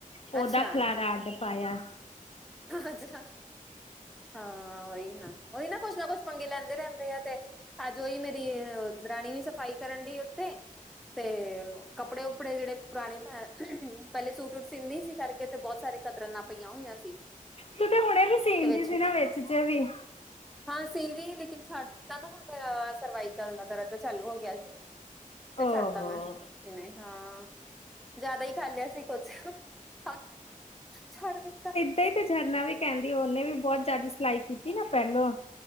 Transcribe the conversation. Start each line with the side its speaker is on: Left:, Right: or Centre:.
Left: ਓਹਦਾ
Centre: ਅੱਛਾ
Left: ਖਲਾਰਾ ਅੱਡ ਪਾਯਾ।
Centre: ਅੱਛਾ, ਹਾਂ, ਓਈ ਨਾ, ਓਈ ਨਾ ਕੋਛ ਨਾ ਕੋਛ ਪੰਗੇ ਲੈਂਦੇ ਰੈੰਦੇ ਐ ਤੇ। ਅੱਜ ਓਈ ਮੇਰੀ ਅ ਦਰਾਣੀ ਵੀ ਸਫ਼ਾਈ ਕਰਨ ਡਈ ਉੱਤੇ ਤੇ ਓ ਕੱਪੜੇ-ਉੱਪੜੇ ਜੇੜੇ ਪੁਰਾਣੇ ਮੈਂ ਪੈਲੇ ਸੂਟ ਵੂਟ ਸੀਂਦੀ ਸੀ ਕਰਕੇ ਤੇ ਬੋਤ ਸਾਰੇ ਕਤਰਨਾ ਪਈਆਂ ਹੋਈਆਂ ਸੀ
Left: ਤੂੰ ਤੇ ਹੁਣੇ ਵੀ ਸੀਨ
Centre: ਤੇ ਵਿੱਚ
Left: ਡੀ ਸੀ
Centre: ਵਿੱਚ
Left: ਨਾ ਵੇਚ ਜੇ ਵੀ
Centre: ਹਾਂ, ਸੀਂਦੀ ਸੀ ਲੇਕਿਨ ਛੱਡ ਦਿੱਤਾ ਨਾ ਹੁਨ ਅ ਸਰਵਾਈਕਲ ਦਾ ਦਰਦ ਚਾਲੂ ਹੋ ਗਿਆ ਸੀ, ਫਿਰ
Left: ਓਹੋ।
Centre: ਛੱਡਤਾ ਮੈਂ। ਸੀਨੇ ਹਾਂ, ਜਾਦਾ ਹੀ ਕਰ ਲਿਆ ਸੀ ਕੋਛ। ਹਾਂ, ਛੱਡ ਦਿੱਤਾ।
Left: ਤਾਂਈ ਤੇ ਝਰਨਾ ਵੀ ਕੈੰਦੀ ਓਨੇ ਵੀ ਬੌਤ ਜਾਦੀ ਸਿਲਾਈ ਕੀਤੀ ਨਾ ਪੈਲੋਂ